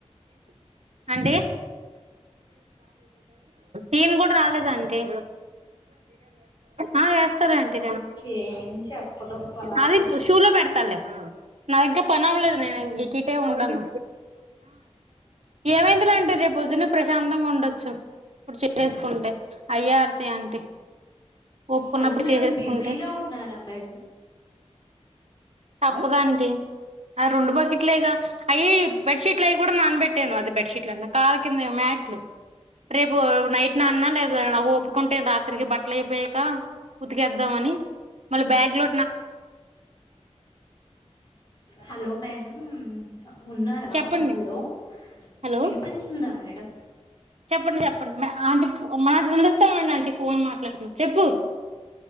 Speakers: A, on the right; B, on the left.
A: అంటే నేను కూడా రాలేదు ఆంటీ. అ వేస్తారతర్ ఆంటీ
B: ఏం చెప్పదు అలా
A: అది
B: వచ్చి
A: షూలో పెడుతాలే నది ఇంక పనివలేదు నేను ఈ కిటే ఉంటను ఏమైందిలే ఆంటీ రేపు పొద్దున్న ప్రశాంతంగా ఉండచ్చు ఇప్పుడు చేపూలేసుకుంటే అయ్యర్తి ఆంటీ ఒప్పుకున్నప్పుడు
B: హలో మేడం
A: చేసేసుకుంటే
B: బిజీగా ఉన్నారా మేడం.
A: తప్పదు ఆంటీ ఆ రెండు బాకిట్లేగ అయ్యేయె. బెడ్శీట్లు అవి కూడా నాన్బెట్టాను అది బెడ్షీట్ల అంటున్న కళ్ళ కింద మ్యాట్లు. రేపు నైట్ నాన్న లేదా నా ఒప్పుకుంటే రాత్రికి బట్టలు అయిపోయాక. ఉతికేద్దామని మళ్ళీ బ్యాగ్ లో.
B: Hello madam. ఆహ్ ఉన్నారా
A: చెప్పండి
B: హలో
A: హలో
B: వినిపిస్తుందా మేడం.
A: చెప్పండి చెప్పండి ఆంటీ మన వినిపిస్తుంది అండి ఆంటీ ఫోన్ మాట్లాడుతున్నా చెప్పు.